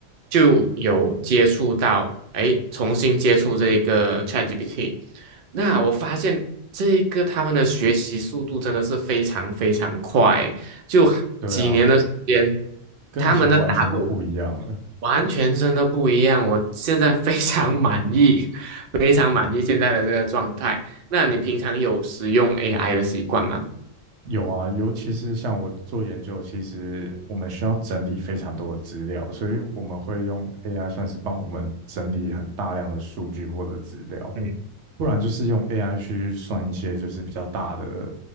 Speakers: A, on the right (about 65°); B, on the right (about 85°).
A: 就有接触到，哎，重新接触这一个 ChatGPT，那我发现这个他们的学习速度真的是非常非常快，就几年的时间，
B: 对啊，跟以前完全都不一样了。
A: 他们的答复。完全真的不一样，我现在非常满意，<laughs> 非常满意现在的这个状态。那你平常有使用 AI 的习惯吗？
B: 有啊，尤其是像我做研究，其实我们需要整理非常多的资料，所以我们会用 AI 算是帮我们整理很大量的数据或者资料。
A: 嗯，
B: 不然就是用 AI 去算一些就是比较大的、